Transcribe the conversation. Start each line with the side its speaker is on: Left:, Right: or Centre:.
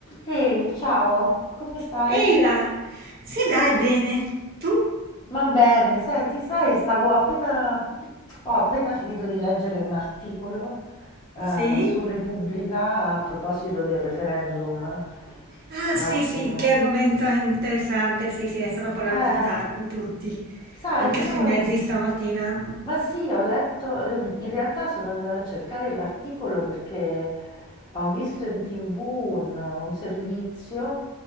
Left: Ehi, ciao, come stai?
Right: Ehi là, sì dai, bene. Tu?
Left: Ma bene, senti, sai, stavo appena, ho appena finito di leggere un articolo eh,
Right: Sì?
Left: su Repubblica a proposito del referendum
Right: Ah
Left: prossimo.
Right: sì sì, che argomento interessante, sì sì, ne stanno parlando
Left: Eh,
Right: ta- tutti,
Left: sai,
Right: anche
Left: però
Right: sui mezzi stamattina.
Left: Ma sì, ho letto, ehm, in realtà sono andata a cercare l'articolo perché ho visto in TV un, un servizio